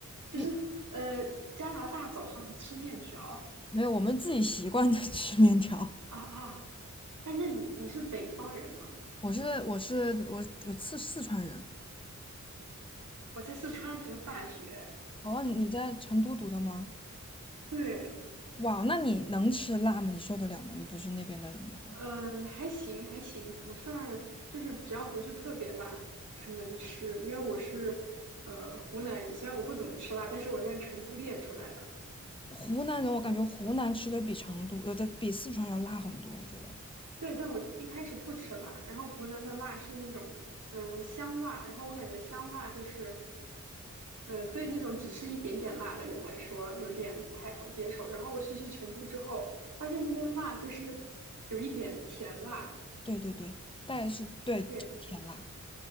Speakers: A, on the right; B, on the left.
A: 就是呃，
B: 面，
A: 加拿大早上是吃面条
B: 没有，我们自己习惯的 <laughs> 吃面条。
A: 啊啊，哎，那你你是北方人吗？
B: 我是我是我我是四川人。
A: 我在四川读大学，
B: 哦，你在成都读的吗？
A: 对。
B: 哇，那你能吃辣吗？你受得了吗？你不是那边的人的话，
A: 嗯，还行还行，不算，就是只要不是特别辣，就是能吃。因为我是呃湖南人，虽然我不怎么吃辣，但是我在成都练出来了。
B: 湖南人我感觉湖南吃的比成都，呃，在比四川要辣很多，我觉得。
A: 对，但我一开始不吃辣，然后湖南的辣是那种嗯香辣，然后我感觉香辣就是嗯，对那种只吃一点点辣的人来说有点不太好接受。然后我是去成都之后，发现那边辣就是有一点甜辣。
B: 对对对，但是对，就是甜辣。
A: 对，